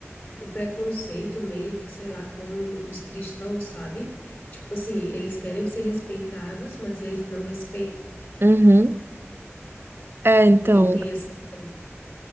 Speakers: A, on the left; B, on the right.
A: o preconceito meio que, sei lá, com os cristãos, sabe? Tipo assim, eles querem ser respeitados, mas eles não respeitam
B: é- Uhum. É, então,
A: quem tem essa fé. né?